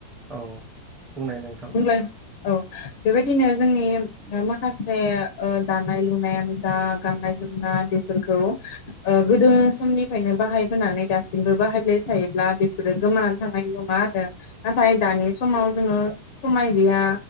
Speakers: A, on the right; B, on the left.
A: औ बुंनाय नोंथां
B: बुंलाय औ बेबायदिनो जोंनि ओ माखासे ओ दानाय लुनायानो जा गाननाय जोमनाय बेफोरखौ ओ गोदो समनिफ्रायनो बाहायबोनानै दासिमबो बाहायबाय थायोब्ला बेफोरो गोमानानै थांनाय नङा आरो नाथाय दानि समाव जोङो समाय गैया